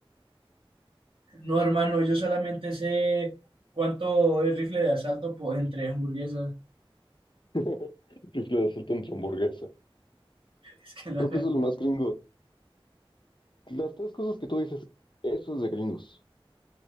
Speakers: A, on the right; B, on the left.
A: No, hermano, yo solamente sé cuánto es rifle de asalto por, entre hamburguesas.
B: <laughs> Rifle de asalto entre hamburguesa.
A: <laughs> Es que la
B: Creo
A: verdad,
B: que eso es lo más gringo. Las tres cosas que tú dices, eso es de gringos.